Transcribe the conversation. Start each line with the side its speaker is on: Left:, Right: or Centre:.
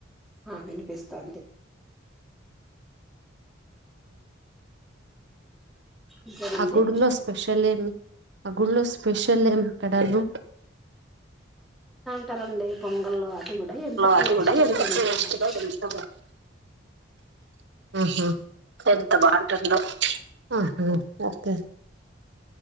Centre: ఆ వినిపిస్తోంది ఇంకేనండి
Right: అకుగుడున్న స్పెషల్ ఏం అ గుళ్లో స్పెషల్ ఏం అక్కడను
Centre: కుంటారండి పొంగల్ లో అది కూడా ఎంత
Right: వాటి
Centre: టేస్ట్
Right: కూడా
Centre: గా ఎంత
Right: టేస్ట్
Centre: బాగు
Right: గా ఎంత ఆహా ఎంత బాగుంటుందో ఆహా ఓకే